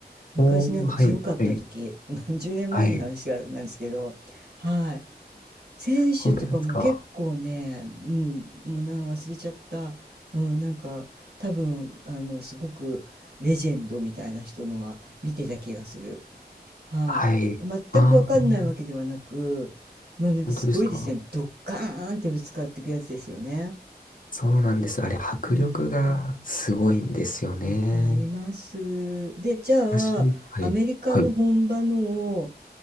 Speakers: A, on the right (about 70°); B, on the left (about 50°).
A: 昔なんか強かった時何
B: おー、はい、はい。
A: <laughs> 十年前の話がなんですけどはい
B: はい。
A: 選手とかも結構ね、
B: 本当ですか。
A: うん、もうな忘れちゃった、うん、なんか多分あのすごくレジェンドみたいな人のは見てた気がする。はい。
B: はい。ああ、
A: 全くわかんないわけではなく、もうなんかすごいですね。
B: 本当ですか。
A: ドッカーンってぶつかっていくやつですよね。
B: そうなんです。あれ、迫力がすごいんですよね。
A: うん。わかります。で、じゃあ、
B: 私、はい。
A: アメリカの本場のを
B: はい。